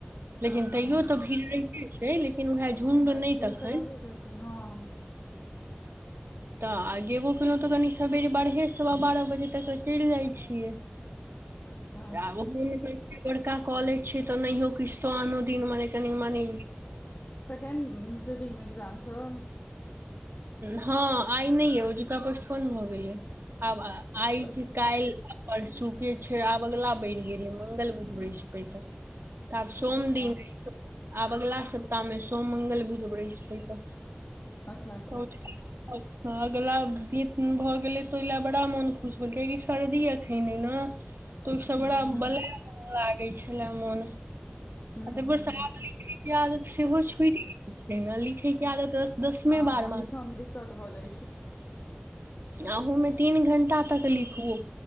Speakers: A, on the right; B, on the left.
A: लेकिन
B: अच्छा
A: तैयो तऽ भीड़ रहीते छै लेकिन उएह झुण्ड
B: हँ भाय
A: नै
B: भीड़
A: तखन
B: तऽ रहबे करतै हँ
A: तऽ आ गेबो केलौं तऽ कनि सवेरे बारहे सवा बारह बजे तक चलि जाइ छियै
B: अच्छा
A: आ <unintelligible> बड़का कॉलेज छै तऽ नहियो किछु तो आनो दिन मने कनि मनी
B: सेकेंड सटिंग मे ए्जाम छौ
A: हँ आइ नै अइ ओजुका पष्ट कोन भऽ गेलय आब आ आइ
B: अच्छा
A: काल्हि परसुके छै आब ऐगला बढ़ गेलै मंगल बुध बृसपैत तऽ आब सोम
B: अच्छा
A: दिन आब अगला सप्ताहमे सोम मंगल बुध बृस्पतऽ
B: अच्छा अच्छा
A: ह <unintelligible> हँ अगिला दिन भऽ गेलै तऽ ओइला बड़ा मोन खुश भऽ गेलैकि सर्दी एखन छै ने <unintelligible>
B: हूँ
A: बड़ा
B: हूँ
A: बलए लागै छलै मोन
B: हूँ
A: आ तैऽ
B: हूँ
A: स आब लिखयके आदत सेहो छुटि गेल छै न लिखयके आदत दसमे
B: हँ
A: बारमे
B: लिखऽ मे दिक्कत भऽ जाइ छै।
A: अहु मे तीन घंटा तक लिखू